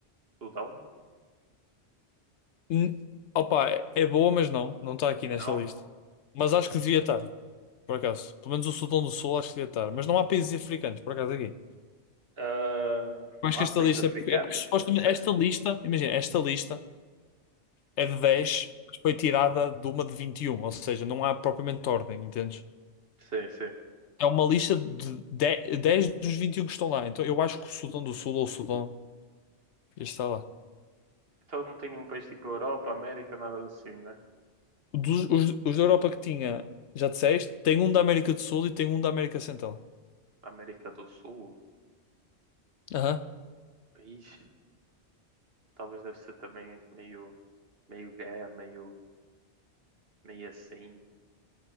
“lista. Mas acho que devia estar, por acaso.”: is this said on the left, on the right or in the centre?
Left